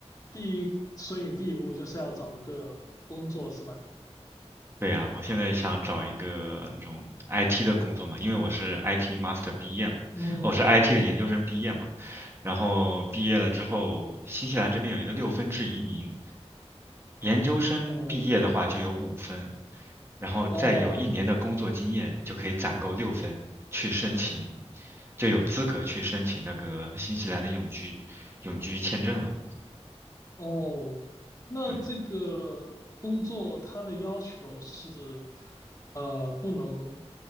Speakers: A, on the left (about 30°); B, on the right (about 20°).
A: 第一，所以你第一步就是要找一个工作，是吧？
B: 对呀，我现在想找一个那种 IT 的工作嘛，因为我是 IT master 毕业嘛，
A: 嗯，
B: 我是 IT 的研究生毕业嘛，然后毕业了之后，新西兰这边有一个六分制移民，研究生毕业的话就有五分，
A: 哦
B: 然后再有一年的工作经验就可以攒够六分，
A: 哦
B: 去申请，就有资格去申请那个新西兰的永居永居签证了。
A: 哦，那这个工作它的要求是，
B: 对。
A: 呃，不能